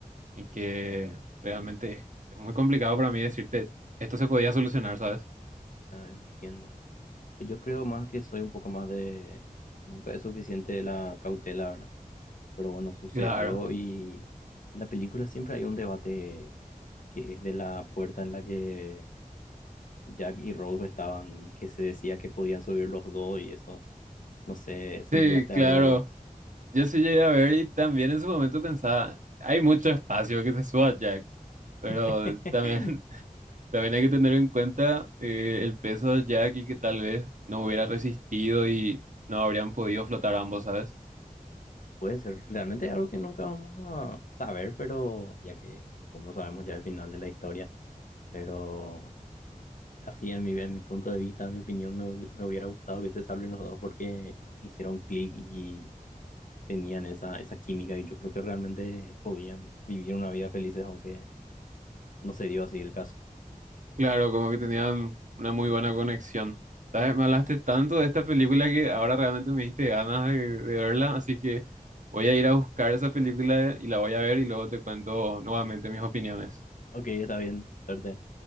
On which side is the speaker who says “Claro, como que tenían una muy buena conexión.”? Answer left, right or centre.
Right